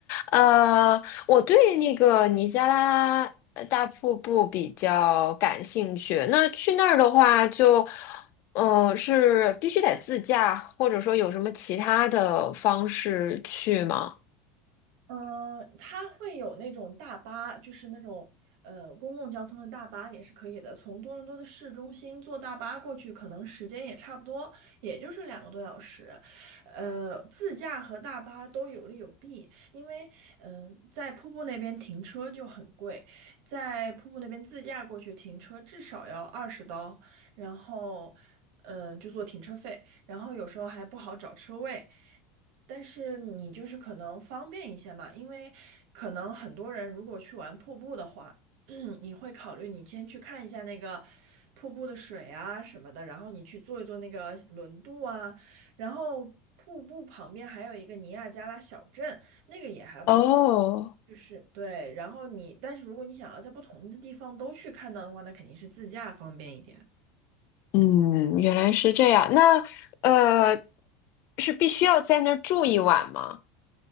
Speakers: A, on the left; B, on the right.
A: 呃，我对那个尼加拉呃大瀑布比较感兴趣。那去那儿的话就，呃，是必须得自驾，或者说有什么其他的方式去吗？
B: 嗯，它会有那种大巴，就是那种呃公共交通的大巴也是可以的。从多伦多的市中心坐大巴过去，可能时间也差不多，也就是两个多小时。呃，自驾和大巴都有利有弊，因为嗯、在瀑布那边停车就很贵，在瀑布那边自驾过去停车至少要二十刀，然后嗯、呃就做停车费，然后有时候还不好找车位。但是你就是可能方便一些嘛，因为可能很多人如果去玩瀑布的话，<clears throat> 你会考虑你先去看一下那个瀑布的水啊什么的，然后你去坐一坐那个轮渡啊，然后瀑布旁边还有一个尼亚加拉小镇，那个也还不错，
A: 哦
B: 就是对，然后你，但是如果你想要在不同的地方都去看到的话，那肯定是自驾方便一点。
A: 嗯，原来是这样。那呃，是必须要在那儿住一晚吗？